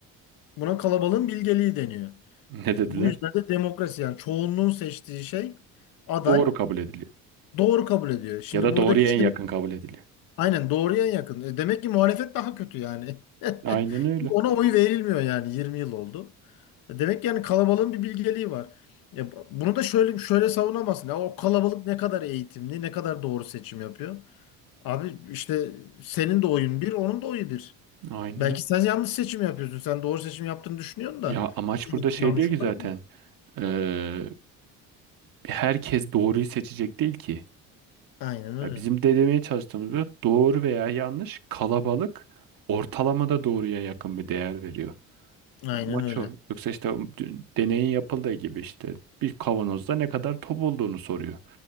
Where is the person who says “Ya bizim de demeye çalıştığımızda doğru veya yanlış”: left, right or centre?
Right